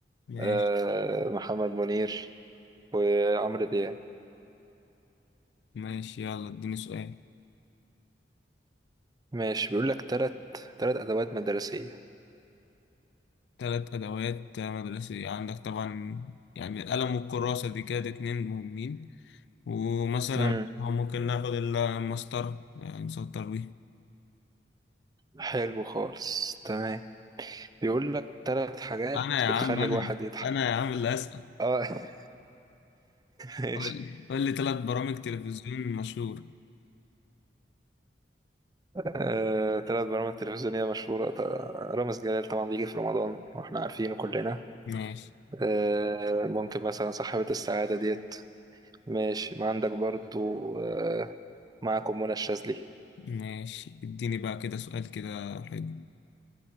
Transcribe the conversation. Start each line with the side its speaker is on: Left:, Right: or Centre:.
Left: ماشي
Right: آه محمد منير وعمرو دياب
Left: ماشي يلا اديني سؤال
Right: ماشي بيقول لك تلات تلات أدوات مدرسية
Left: ثلاث ادوات مدرسية عندك طبعا يعني القلم والكراسة دي كده اتنين مهمين ومثلا
Right: امم
Left: تمام ممكن ناخد المسطرة يعني نسطر بيه
Right: حلو خالص تمام بيقول لك تلات حاجات
Left: أنا يا
Right: بتخلي
Left: عم أنا
Right: الواحد يضحك
Left: أنا يا عم اللي أسأل
Right: اه <laughs> ماشي
Left: قول لي قول لي تلات برامج تلفزيون مشهور
Right: آه، تلات برامج تلفزيونية مشهورة ط- رامز جلال طبعا بيجي في رمضان واحنا عارفينه كلنا
Left: ماشي
Right: آه، ممكن مثلا صاحبة السعادة ديت ماشي ما عندك برضو آه، معكم منى الشاذلي
Left: ماشي اديني بقى كده سؤال كده حلو